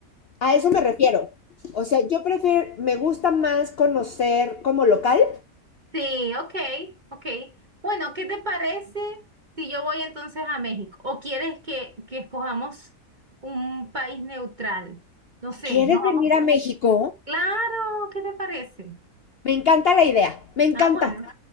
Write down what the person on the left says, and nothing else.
A eso me refiero. O sea, yo prefiero, me gusta más conocer como local.
¿Quieres
venir a México?
Me encanta la idea, me encanta.